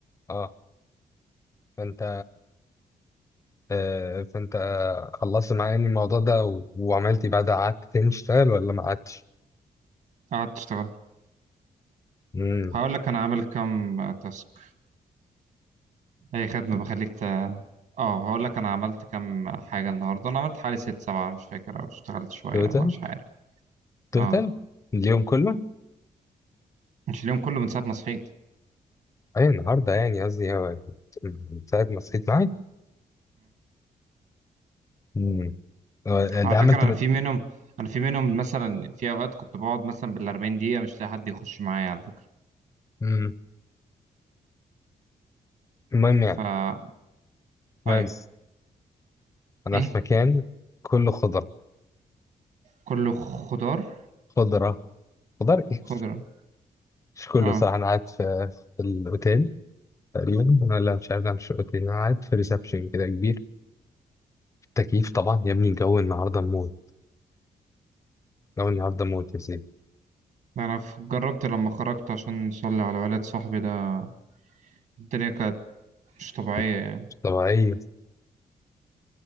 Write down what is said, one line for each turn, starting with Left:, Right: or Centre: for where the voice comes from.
Left: اه فانت آه فانت خلصت معايا يعني الموضوع ده و... وعملت ايه بعد قعدت تاني تشتغل ولا ما قعدتش؟
Right: قعدت اشتغل
Left: امم
Right: هقول لك انا عامل كام آه، تاسك اي خدمه بخليك ت... اه هقول لك انا عملت كام حاجه النهارده انا عملت حوالي ست سبعه مش فاكر او اشتغلت شويه
Left: توتال
Right: مش عارف
Left: توتال
Right: اه
Left: اليوم كله؟
Right: مش اليوم كله من ساعه ما صحيت
Left: اي النهارده يعني قصدي هو من ساعة ما صحيت معاك امم آه،
Right: على
Left: ده
Right: فكرة
Left: عملت
Right: أنا
Left: من...
Right: في منهم أنا في منهم مثلا في أوقات كنت بقعد مثلا بالأربعين دقيقة مش لاقي حد يخش معايا على فكرة
Left: مم. المهم يعني
Right: فا
Left: المهم
Right: أيوه
Left: انا
Right: إيه
Left: في مكان كله خضرة
Right: كله خضار
Left: خضرة خضار ايه؟
Right: خضرة
Left: مش كله
Right: أه
Left: صح انا قاعد في في الاوتيل تقريبا ولا مش عارف ده مش اوتيل انا قاعد في ريسبشن كده كبير تكييف طبعا يا ابني الجو النهارده موت الجو النهارده موت يا سيدي
Right: أنا ف- جربت لما خرجت عشان أصلي على والد صاحبي ده الدنيا كانت مش طبيعية
Left: مش
Right: يعني
Left: طبيعية